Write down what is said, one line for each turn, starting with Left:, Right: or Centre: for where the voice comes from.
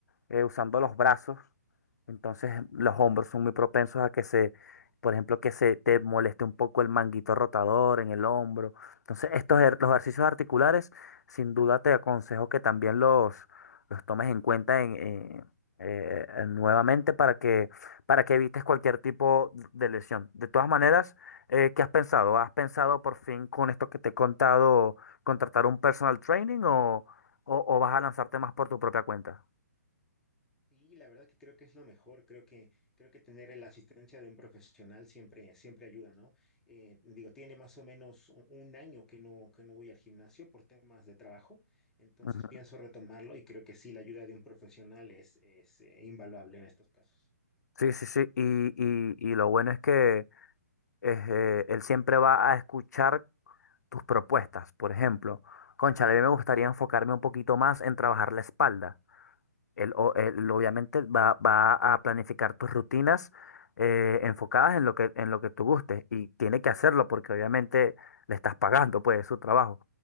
Left: eh, usando los brazos. Entonces los hombros son muy propensos a que se por ejemplo, que se te moleste un poco el manguito rotador en el hombro. Entonces, estos ejer- los ejercicios articulares, sin duda te aconsejo que también los, los tomes en cuenta en, en- eh, en nuevamente para que, para que evites cualquier tipo de lesión. De todas maneras, eh, ¿qué has pensado? ¿Has pensado por fin con esto que te he contado contratar un personal training o, o o vas a lanzarte más por tu propia cuenta?
Centre: Sí, la verdad que creo que es lo mejor. Creo que, creo que tener la asistencia de un profesional siempre, siempre ayuda, ¿no? Eh, digo, tiene más o menos un, un año que no, que no voy al gimnasio por temas de trabajo, entonces
Left: Ujú.
Centre: pienso retomarlo y creo que sí, la ayuda de un profesional es, es eh, invaluable en estos casos.
Left: Sí, sí, sí. Y, y, y lo bueno es que es, eh, él siempre va a escuchar tus propuestas. Por ejemplo, cónchale, a mí me gustaría enfocarme un poquito más en trabajar la espalda. Él, o- él obviamente va, va a planificar tus rutinas eh, enfocadas en lo que, en lo que tú gustes y tiene que hacerlo porque obviamente le estás pagando pues su trabajo.